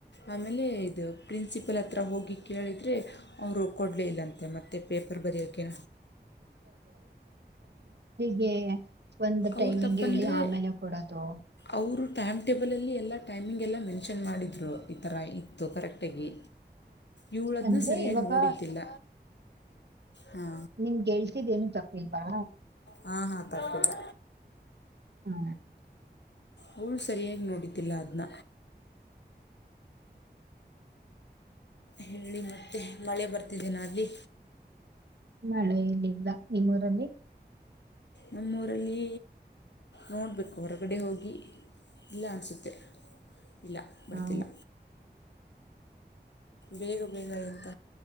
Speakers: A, on the left; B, on the right.
A: ಆಮೇಲೆ ಇದು ಪ್ರಿನ್ಸಿಪಲ್ ಹತ್ರಿ ಹೋಗಿ ಕೇಳಿದರೆ ಅವರು ಕೊಡಲೇ ಇಲ್ಲಂತೆ ಮತ್ತುತ್ತೆ ಪೇಪರ್ ಬರೆಯೋಕ್ಕೆ
B: ಗೆ ಒಂದು
A: ಅವ್ರ
B: ಟೈಮಿಂಗ್
A: ತಪ್ಪಂದರೆ
B: ಹೇಳಿ ಆಮೇಲೆ ಕೊಡದು.
A: ಅವರು ಟೈಮ್ ಟೇಬಲ್ ಅಲ್ಲಿ ಎಲ್ಲ ಟೈಮಿಂಗ್ ಎಲ್ಲ ಮೆನ್ಷನ್ ಮಾಡಿ ಅದು ಈ ತರ ಇತ್ತು ಕರೆಕ್ಟ್ ತ್ತವಿ ಇವಳದ್ನ
B: ಅಂದ್ರೆ
A: ಸರಿಯಾಗ್
B: ಇವಾಗ
A: ನೋಡಿದ್ದಿಲ್ಲ. <unintelligible>
B: ನಿಮ್ಗೆೇಳ್ತಿದ್ ಏನು ತಪ್ಪಿಲ್ವಾ
A: ಹಾಂ ಹಾಂ ತಗಿಲ್ಲ
B: ಹ್ಮ
A: ಅವಳು ಸರಿಯಾಗಿ ನೋಡಿದಿಲ್ಲ ಅದ್ನ ಹೇಳಿ ಮತ್ತೆ ಮಳೆ ಬರ್ತಿದ್ದೀನ ಅಲ್ಲಿ?
B: ಮಳೆ ಇಲ್ಲಿಲ್ಲ ನಿಮ್ಮೂರಲ್ಲಿ
A: ನಮ್ಮೂರಲ್ಲಿ ನೋಡಬೇಕು ಹೊರಗಡೆ ಹೋಗಿ ಇಲ್ಲ ಅನಿಸುತ್ತೆ ಇಲ್ಲ ಬರ್ತಿಲ್ಲ
B: ಹಾ
A: ಬೇಗ ಬೇಗ ಎಂತ